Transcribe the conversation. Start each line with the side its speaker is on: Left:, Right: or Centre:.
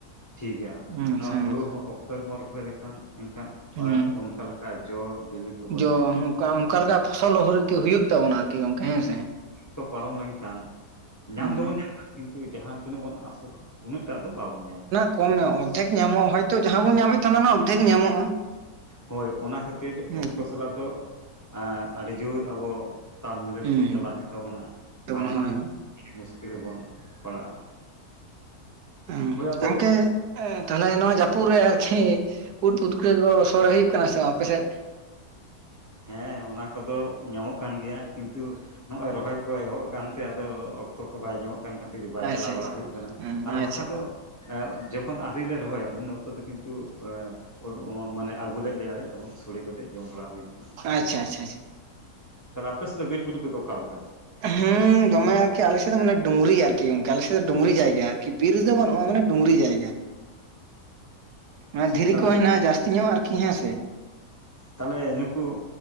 Left: ᱴᱷᱤᱜᱼᱟ
Right: ᱦᱮᱸ
Left: ᱱᱚᱣᱟ
Right: ᱥᱮ
Left: ᱦᱩᱲᱩ ᱦᱚᱸ ᱚᱠᱛᱚ ᱨᱮᱵᱚᱱ ᱨᱚᱦᱚᱭ ᱞᱮᱠᱷᱟᱱ ᱮᱱᱠᱷᱟᱱ
Right: ᱦᱮᱸ
Left: <inaudible> ᱚᱱᱠᱟ ᱞᱮᱠ ᱠᱟ ᱡᱚ ᱵᱤᱞᱤ ᱠᱚᱵᱚᱱ
Right: ᱡᱚ
Left: ᱧᱟᱢᱟ
Right: ᱚᱱᱠᱟ ᱚᱱᱠᱟ ᱞᱮᱠᱟ ᱯᱷᱚᱥᱚᱞ ᱦᱩᱭᱩᱜ ᱛᱟᱵᱚᱱᱟ ᱟᱨᱠᱤ ᱜᱚᱝᱠᱮ ᱦᱮᱸᱥᱮ
Left: ᱛᱚ ᱯᱟᱨᱚᱢ ᱞᱮᱱᱠᱷᱟᱱ ᱧᱟᱢ
Right: ᱦᱮᱸ
Left: ᱫᱚᱵᱚᱱ ᱧᱟᱢᱟ ᱠᱤᱱᱛᱩ ᱡᱟᱦᱟ ᱛᱤᱱᱟᱹᱜ ᱵᱚᱱ ᱟᱥᱚᱜᱼᱟ ᱩᱱᱟᱹᱜ ᱴᱟᱜ ᱫᱚ ᱵᱟᱵᱚᱱ ᱧᱟᱢᱟ
Right: ᱠᱚᱢᱮ ᱚᱨᱫᱷᱮᱠ ᱧᱟᱢᱼᱟ ᱦᱚᱭᱛᱳ ᱡᱟᱦᱟ ᱵᱚᱱ ᱧᱟᱢᱮᱫ ᱛᱟᱦᱮᱱᱟ ᱚᱱᱟ ᱨᱮᱱᱟᱜ ᱚᱨᱛᱷᱮᱠ ᱧᱟᱢᱚᱜᱼᱟ
Left: ᱦᱳᱭ ᱚᱱᱟ ᱠᱷᱟᱹᱛᱤᱨ
Right: ᱦᱮᱸ
Left: ᱚᱠᱛᱚ ᱥᱟᱞᱟᱜ ᱫᱚ ᱮ ᱟᱹᱰᱤ ᱡᱳᱨ ᱟᱵᱚ ᱛᱟᱞ ᱢᱤᱞᱟ
Right: ᱦᱮᱸ
Left: ᱠᱟᱛᱮᱫ ᱪᱟᱞᱟᱜ ᱦᱩᱭᱩᱜ ᱛᱟᱵᱚᱱᱟ
Right: ᱛᱟᱵᱚᱱ
Left: ᱵᱟᱝᱠᱷᱟᱱ
Right: ᱦᱳᱭ
Left: ᱢᱩᱥᱠᱤᱞ ᱨᱮᱵᱚᱱ ᱯᱟᱲᱟᱜᱼᱟ
Right: ᱦᱮᱸ
Left: ᱦᱳᱭ ᱟᱫᱚ
Right: ᱟᱝᱠᱮ ᱮᱸ ᱛᱟᱦᱞᱮ ᱱᱚᱣᱟ ᱡᱟᱹᱯᱩᱫ ᱨᱮ ᱟᱨᱠᱤ ᱩᱫ ᱯᱩᱴᱠᱟᱹ ᱠᱚ ᱥᱚᱲᱮ ᱦᱩᱭᱩᱜ ᱠᱟᱱᱟ ᱥᱮ ᱵᱟᱝ ᱟᱯᱮᱥᱮᱫ?
Left: ᱦᱮᱸ ᱚᱱᱟ ᱠᱚᱫᱚ ᱧᱟᱢᱚᱜ ᱠᱟᱱ ᱜᱮᱭᱟ ᱠᱤᱱᱛᱩ ᱱᱚᱜᱼ ᱚᱚᱭ ᱨᱚᱦᱚᱭ ᱠᱚ ᱮᱦᱚᱵ ᱟᱠᱟᱱ ᱛᱮ ᱟᱫᱚ ᱚᱠᱛᱚ ᱠᱚ ᱵᱟᱭ ᱧᱟᱢᱚᱜ ᱠᱟᱱ ᱠᱷ ᱛᱤᱨᱮ ᱵᱟᱭ
Right: ᱟᱪᱪᱷᱟ
Left: ᱪᱟᱞᱟᱣ ᱵᱟᱲᱟ
Right: ᱟᱪᱪᱷᱟ
Left: ᱦᱩᱭᱩᱜ ᱠᱟᱱᱟ
Right: ᱦᱮᱸ
Left: ᱟᱨ
Right: ᱟᱪᱪᱷᱟ
Left: ᱵᱟᱠᱟᱫ ᱫᱚ ᱮᱜ ᱡᱚᱠᱷᱚᱱ ᱟᱹᱨᱤ ᱞᱮ ᱨᱚᱦᱚᱭᱟ ᱩᱱ ᱚᱠᱛᱚ ᱫᱚ ᱠᱤᱱᱛᱩ ᱮ ᱳᱴ ᱢᱟᱱᱮ ᱟᱹᱜᱩ ᱞᱮᱫ ᱞᱮᱭᱟᱞᱮ ᱮᱵᱚᱝ ᱥᱚᱲᱮ ᱠᱟᱛᱮᱫ ᱡᱚᱢ ᱵᱟᱲᱟ ᱦᱩᱭ ᱟᱹᱰᱤ
Right: ᱟᱪᱪᱷᱟ
Left: ᱱᱟᱯᱟᱭ
Right: ᱟᱪᱪᱷᱟ
Left: ᱛᱟᱦᱚᱞᱮ ᱟᱯᱮ ᱥᱮᱫ ᱫᱚ ᱵᱤᱨ ᱵᱩᱨᱩ ᱠᱚᱫᱚ ᱚᱠᱟ ᱞᱮᱠᱟ?
Right: ᱦᱮᱸ ᱫᱚᱢᱮ ᱟᱨᱠᱤ ᱟᱞᱮ ᱥᱮᱫ ᱫᱚ ᱢᱟᱱᱮ ᱰᱩᱝᱨᱤ ᱟᱨᱠᱤ ᱜᱚᱢᱠᱮ ᱟᱞᱮᱥᱮᱫ ᱫᱚ ᱰᱩᱝᱨᱤ ᱡᱟᱭᱜᱟ ᱟᱨᱠᱤ ᱵᱤᱨ ᱫᱚ ᱵᱟᱹᱱᱩᱜᱼᱟ ᱢᱟᱱᱮ ᱰᱩᱝᱨᱤ ᱡᱟᱭᱜᱟ ᱚᱱᱟ
Left: ᱛᱟᱦᱚᱞᱮ
Right: ᱫᱷᱤᱨᱤ ᱠᱚ ᱦᱮᱱᱟᱜᱼᱟ ᱡᱟᱹᱥᱛᱤ ᱧᱚᱜ ᱟᱨᱠᱤ ᱦᱮᱸ ᱥᱮ
Left: ᱛᱟᱦᱚᱞᱮ ᱱᱩᱠᱩ